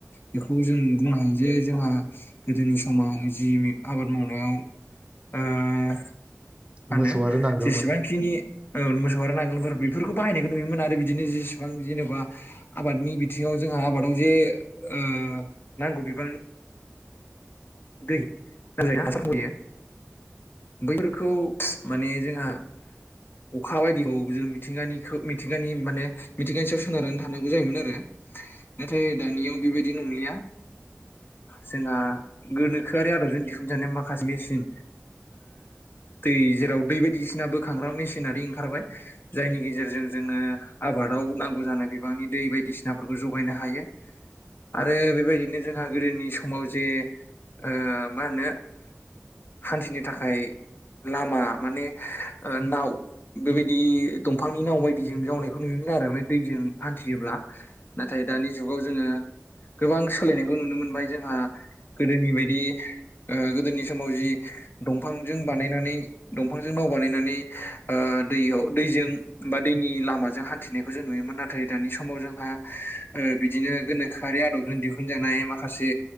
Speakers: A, on the left; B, on the right.
A: बेखौ जों बुंनो हायो जे जोंहा गोदोनि समाव जि आबाद मावनायाव ओ मा होनो
B: मोसौ आरो नांगोलमोन
A: जेसेबांखिनि औ मोसौ आरो नांगोल बेफोरखौ बाहायनायखौ नुयोमोन आरो बिदिनो जेसेबां जेनेबा आबादनि बिथिङाव जोंहा आबादाव जे ओ नांगौ बिबांनि दै हासार होयो बैफोरखौ माने जोंहा अखा बायदिखौ जों मिथिंगानि मिथिंगानि माने मिथिंगानि सायाव सोनारनानै थानांगौ जायोमोन आरो नाथाय दानियाव बेबायदि नंलिया जोंहा गोनोखोआरि आदबजों दिहुनजानाय माखासे मेसिन दै जेराव दै बायदिसिना बोखांग्रा मेसिनारि ओंखारबाय जायनि गेजेरजों जोङो आबादाव नांगौ जानाय बिबांनि दै बायदिसिनाफोरखौ जगायनो हायो आरो बेबायदिनो जोंहा गोदोनि समाव जे ओ मा होनो हान्थिनो थाखाय लामा माने नाव बेबायदि दंफांनि नाव बायदिजों जावनायखौ नुनो मोनो आरो दैजों हान्थियोब्ला नाथाय दानि जुगाव जोङो गोबां सोलायनायखौ नुनो मोनबाय जोंहा गोदोनि बायदि गोदोनि समाव जि दंफांजों बानायनानै दंफांजों नाव बानायनानै दैयाव दैजों बा दैनि लामाजों हान्थिनायखौ जों नुयोमोन नाथाय दानि समाव जोंहा बिदिनो गोनोखोआरि आदबजों दिहुनजानाय माखासे